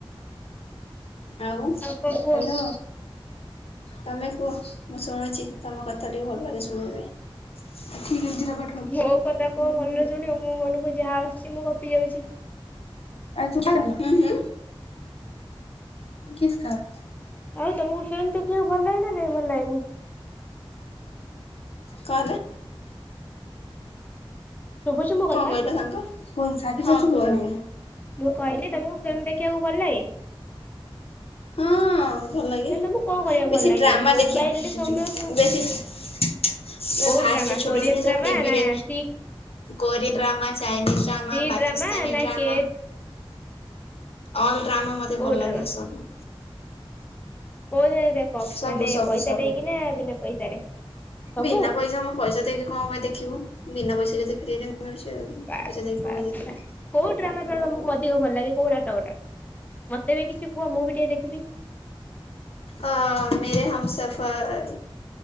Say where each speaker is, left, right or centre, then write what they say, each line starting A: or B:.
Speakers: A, on the left; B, on the left.
A: ଆଉ,
B: କଣ କୁହ
A: ହ୍ୟାଲୋ। ତମେ କୁହ ମୁଁ ଶୁଣୁଛି, ତମ କଥା ଟିକେ ଭଲ ଲାଗେ ଶୁଣିବାପାଇଁ। ଠିକ ଅଛି <unintelligible>
B: ମୋ କଥା କଉ ଭଲରେ ଶୁଣିବ ମୋ ମନକୁ ଯାହା ଆସୁଛି ମୁଁ ଗପି ଯାଉଚି।
A: ଆଜି ତୁ ଖାଇଲୁ, କିସ କର।
B: ଆଉ ତମକୁ ଫିଲ୍ମ ଦେଖିବାକୁ ଭଲ ଲାଗେନା ନା ଭଲ ଲାଗେନି?
A: କଣ ହେଲା,
B: ଶୁଭୁଛି ମୋ କଥା
A: କଣ କହିଲ ସାଙ୍ଗ? ସ୍କୁଲ ସାର୍ଟିଫିକେଟ ତୋ <unintelligible>
B: ମୁଁ କହିଲି ତମକୁ ଫିଲ୍ମ ଦେଖିବାକୁ ଭଲ ଲାଗେ?
A: ହଁ, ଭଲ ଲାଗେ
B: ଦେନ୍ ତମକୁ କଣ କରିବାକୁ
A: ବେଶୀ
B: ଭଲ ଲାଗେ
A: ଡ୍ରାମା
B: ମୋବାଇଲ
A: ଦେଖି ଆସିଛି
B: ରେ ସମୟ ସୁ
A: ବେଶୀ ପୁରା
B: କୋଉ
A: ଫାଷ୍ଟରେ
B: ଡ୍ରାମା
A: ଛୋଟ
B: କୋରିଆନ
A: ଡ୍ରେସ
B: ଡ୍ରାମା
A: ଆଉ ଟିଭିରେ
B: ନା C
A: Korean drama Chinese drama,
B: C
A: Pakistani
B: ନା
A: ଡ୍ରାମା।
B: କେ
A: ଅଲ୍ ଡ୍ରାମା ମତେ
B: କୋଉ
A: ଭଲ
B: ଡ୍ରାମା?
A: ଲାଗେ ସବୁ।
B: କୋଉଯାଏ ଦେଖ
A: ସବୁ
B: ମାନେ
A: ସବୁ
B: ପଇସା
A: ସବୁ
B: ଦେଇକିନା ବିନା ପଇସାରେ? ସବୁ?
A: ବିନା ପଇସା ମଁ ପଇସା ଦେଇକି କଣ ପାଇଁ ଦେଖିବୁ ବିନା ପଇସା ରେ ତ ଫ୍ରୀରେ ମିଳୁଚି ଆଉ
B: ବାସ୍
A: ପଇସା ଦେଇିକି
B: ବାସ୍
A: କଣ ପାଇଁ ଦେଖିବୁ।
B: ବାସ୍। କୋଉ ଡ୍ରାମାଫ୍ରାମା ତମକୁ ଅଧିକ ଭଲ ଲାଗେ କୋଉ ନାଟକଟା? ମତେ ବି କିଛି କୁହ ମୁଁ ବି ଟିକେ ଦେଖିବି।
A: ଅ ମେରେ ହମ ସଫର